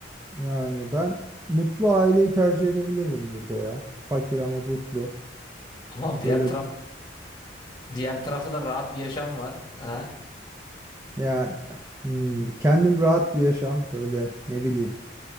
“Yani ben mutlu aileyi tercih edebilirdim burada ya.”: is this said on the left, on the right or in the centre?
Right